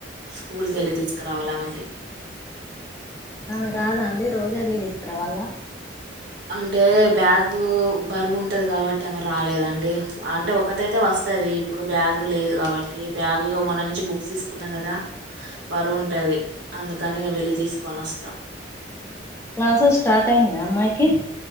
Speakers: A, on the right; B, on the left.
A: స్కూల్కి వెళ్ళి తీసుకురావాలా ఆమెకి.
B: ఆమె రాదా అండి రోజు వెళ్లి తీసుకురావల్లా
A: అంటే బ్యాగు బరువు ఉంటది కాబట్టి ఆమె రాలేదండి చ్ అంటే ఒకతైతే వస్తాది. అప్పుడు బ్యాగ్ లేదు కాబట్టి బ్యాగు ఇగో మొన్న నుంచి బుక్స్ తీసుకున్నా కదా. బరువుంటాది అందుకని ఇక వెళ్లి తీసుకొని వస్తా
B: క్లాసెస్ స్టార్ట్ అయినాయా అమ్మాయికి